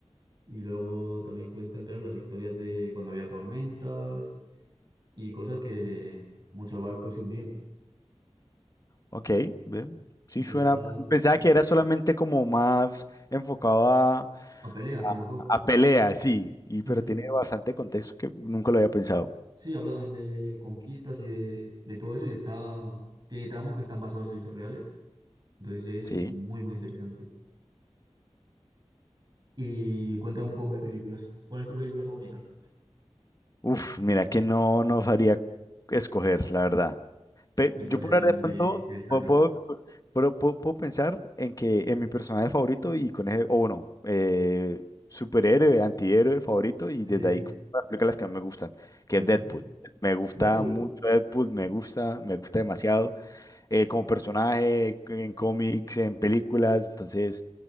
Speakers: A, on the right; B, on the left.
A: Y luego también cuentan, claro, las historias de cuando había tormentas y cosas que muchos barcos se hundían.
B: Ok, bien, sí
A: Entonces
B: suena,
A: está
B: pensaba que era solamente como más enfocado a,
A: a peleas, a lo mejor.
B: a pelea, sí, y,
A: Ujú.
B: pero tiene bastante contexto que nunca lo había pensado,
A: Sí, habla también de conquistas y de, de todo eso y está, tiene tramos que están basados en hechos reales Entonces
B: sí.
A: es muy, muy interesante. Y cuéntame un poco de películas. ¿Cuál es tu película favorita?
B: Uf, mira que no, no sabría escoger, la verdad. Pe-
A: Pues cuéntame
B: Yo puedo
A: así
B: hablar
A: una
B: de
A: que,
B: Sí. pronto,
A: que destaque.
B: puedo, puedo, puedo- puedo- puedo pensar en que en mi personaje favorito y con ese, o bueno, eh, superhéroe, antihéroe favorito y
A: Sí,
B: desde
A: sí,
B: ahí como las películas que más me gustan, que
A: perfecto.
B: es Deadpool. Me gusta
A: Deadpool,
B: mucho Deadpool, me gusta, me gusta demasiado eh, como personaje en cómics, en películas, entonces